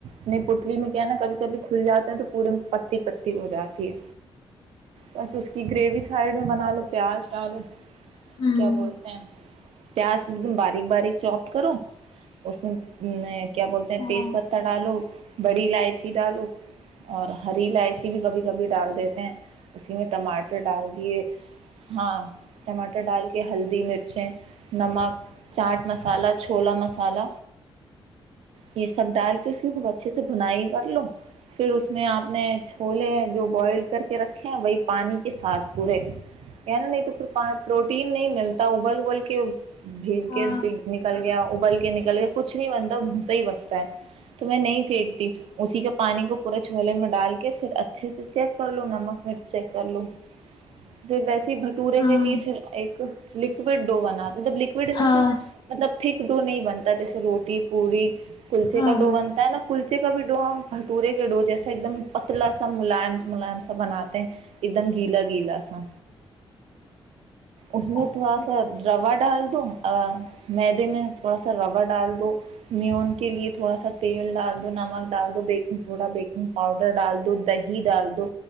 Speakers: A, on the right (about 80°); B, on the left (about 45°).
A: نہیں پتلی میں کیا ہے نا کبھی کبھی کھل جاتے ہیں تو پورے میں پتی پتی ہو جاتی ہے بس اس کی گریوی سائڈ میں بنا لو پیاز ڈالو
B: ہوں
A: کیا بولتے ہیں پیاز ایک دم باریک باریک چوپٹ کرو اس میں کیا بولتے ہیں
B: ہاں
A: تیز پتتا ڈالو بڑی الائچی ڈالو اور ہری الائچی بھی کبھی کبھی ڈال دیتے ہیں اسی میں ٹماٹر ڈال دیے ہاں ٹماٹر ڈال کے ہلدی مر نمک چاٹ مسالا چھولا مسالہ یہ سب ڈال کے پھر خب اچھے سے بنائی کر لو پھر اس میں آپ نے چھولے جو بوائل کر کے رکھے ہیں وہی پانی کے ساتھ پورے نا نہیں تو پروٹین نہیں ملتا ابل کے بھیگ
B: ہاں
A: کے نکل گیا ابل کے نکل گیا کچھ نہیں بنتا بھوسا ہی بستا ہے تو میں نہیں پھینکتی اسی کے پانی کو پورے چھوولے میں ڈال کے پھر اچھے سے چیک کر لو نمک مرچ چیک کر لو پھر ویسے بھٹورے
B: ہاں
A: کے لیے پھر ایک لوڈ وڈو بناات تھا مطلب لوڈ ان
B: ہاں
A: د سینس مطلب تھک ڈو نہیں بنتا جیسے روٹی پوڑی کلچے
B: ہاں
A: کا ڈو
B: ہاں
A: بنتا ہے نا کلچے کا بھی ڈ ہم بھٹورے کے ڈو جیسا ایک دم پتلا سا ملائم ملم سا بناتے ہیں ایک دم گیلا گیلا سا اس میں
B: اچھا
A: تھوڑا سا سا روا ڈال دو میدے میں تھوڑا سا روا ڈال دو میون کے لیے تھوڑا سا تیل ڈال دو نمک ڈال دو بیکنگ سوڈا بیکنگ پاؤڈر ڈال دو دہی ڈال دو